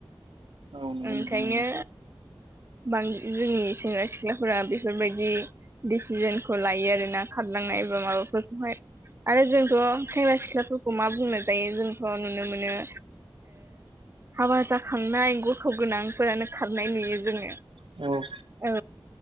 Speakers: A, on the right; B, on the right.
A: औ नंगौ
B: ओंखायनो
A: नोंथा नंगौ
B: बां जोंनि सेंग्रा सिख्लाफोरा बेफोरबायदि दिसिजनखौ लायो आरोना खारलांनाय बा माबाफोरखौहाय आरो जोंथ' सेंग्रा सिख्लाफोरखौ मा बुंनाय जायो जोंथ' नुनो मोनो हाबा जाखांनाय गथ' गोनांफोरानो खारनाय नुयो जोंङो
A: औ
B: औ